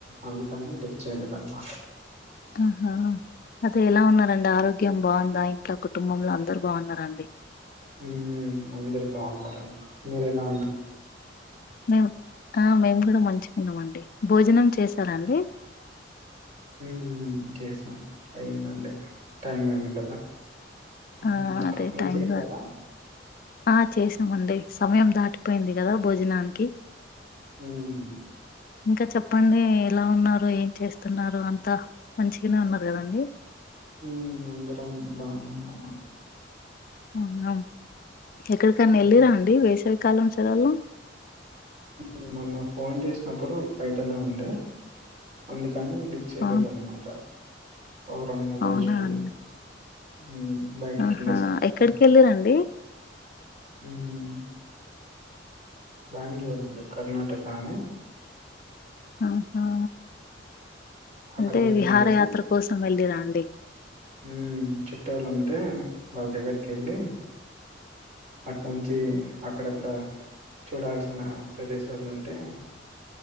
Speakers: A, on the right; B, on the left.
A: అందుకని లీఫ్ చేయలేదు అన్నమాట
B: ఆహా అదే ఎలా ఉన్నారండి ఆరోగ్యం బాగుందా ఇంట్లా కుటుంబంలో అందరు బాగున్నారండి
A: హమ్ అందరు బాగున్నారు మీరు ఎలా ఉన్నా
B: మేము ఆ మేము కూడా మంచిగా ఉన్నామండి భోజనం చేసారా అండి
A: హమ్ చేసాం అయ్యింది అండి టైం అయింది కదా
B: ఆ
A: ఉమ్
B: అదే
A: మీరు
B: టైం
A: చేసారా
B: కూడా ఆ చేసామండి సమయం దాటిపోయింది కదా భోజనానికి
A: హుమ్
B: ఇంకా చెప్పండి ఎలా ఉన్నారు ఏం చేస్తున్నారు అంత మంచిగానే ఉన్నారు కదండి
A: హమ్ అందరం బానే ఉన్నాం
B: అవునా ఎక్కడికన్నా
A: హ్మ్.
B: వెళ్ళిరా అండి వేసావికాలం సేలవలో
A: మమొన్న ఫోన్ చేసినప్పుడు బయటనే ఉండే అందుకని డి చేయలేదన్నమాట
B: ఆ
A: ఒక రెండు మూడు
B: అవునా
A: రోజులు
B: అండి
A: ఉమ్ బైట
B: ఆహా
A: కెళ్ళెసి
B: ఎక్కడికి
A: వద్దాం
B: వెళ్ళిరండి
A: ఉమ్ బ్యాంగ్ళూర్ వుంది కర్ణాటక ఆని
B: ఆహా
A: అక్కడ
B: అంటే
A: వరకెళ్ళేసి
B: విహారయాత్ర కోసం వెళ్ళిర అండి
A: ఉమ్ చుట్టాలు ఉంటే వాళ్ళ దగ్గరికి వెళ్ళి అటు నుంచి అక్కడక్కడ చూడాల్సిన ప్రదేశాలు ఉంటే